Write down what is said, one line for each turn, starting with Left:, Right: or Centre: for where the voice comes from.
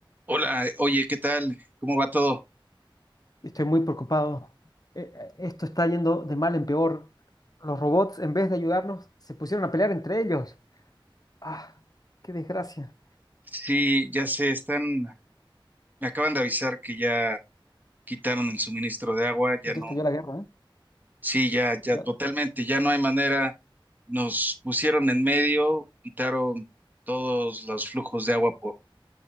Right: Hola, oye, ¿qué tal? ¿Cómo va todo?
Left: Estoy muy preocupado. Eh, eh, Esto está yendo de mal en peor. Los robots, en vez de ayudarnos, se pusieron a pelear entre ellos. ¡Ah! ¡Qué desgracia!
Right: Sí, ya se están, me acaban de avisar que ya quitaron el suministro de agua, ya
Left: Ya
Right: no,
Left: estalló la guerra, ¿eh?
Right: sí, ya, ya
Left: Ya
Right: totalmente, ya no hay manera, nos pusieron en medio, quitaron todos los flujos de agua por